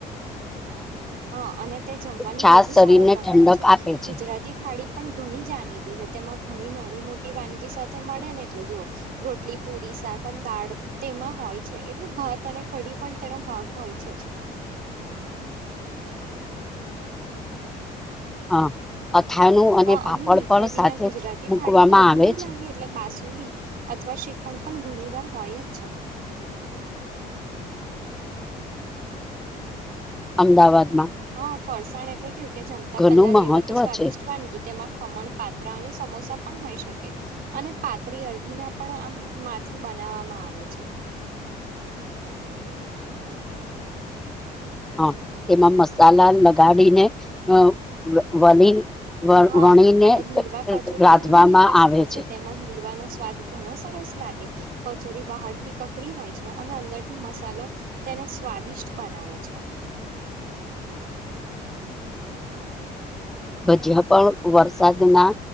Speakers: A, on the right; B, in the centre.
A: હા, અને તે જમવાનું
B: છાસ
A: વધુ
B: શરીરને
A: સરળ બનાવે
B: ઠંડક
A: છે.
B: આપે છે
A: ગુજરાતી થાળી પણ ઘણી જાણીતી છે. તેમા ઘણી નાની મોટી વાનગી, સાથે મળે ને એટલે જોઓ રોટલી, પુરી, શાક પણ દાળ તેમા હોય, છે. એટલે, ભાત અને કડી પણ તેનો ભાગ હોય છે. જ
B: હા, અથાણું અને
A: હા
B: પાપડ
A: મીઠાઈ
B: પણ સાથે
A: વિના ગુજરાતી
B: મૂકવામા
A: થાળી તો અધૂરી
B: આવે છે.
A: લાગે એટલે અથવા શીખણ પણ ઘણી વાર હોય જ છે.
B: અમદાવાદ
A: હા, ફરસાણ એટલે કેવુ કે જમતા
B: ઘણું
A: પહેલા
B: મહત્વ
A: લેવાથી. સ્વાદિષ્ટ
B: છે
A: વાનગી તેમા ખમણ પાત્રા અને સમોસા પણ હોય, શકે અને પાત્રી અરબીના પણ આમ માંથી બનાવામાં આવે છે.
B: હા, તેમા મસાલા લગાડીને અ વલી વ
A: હા,
B: વણીને
A: અને લીલવા કચોરી
B: રાંધવામાં
A: પણ ઘણી પ્રસિદ્ધ
B: આવે
A: છે. તેમા લીલવાનો સ્વાદ ઘણો સરસ લાગે કચોરી બહારથી કકરી હોય, છે. અને અંદરથી મસાલો તેને સ્વાદિષ્ટ બનાવે છે.
B: હજ્યા પણ વરસાદ ના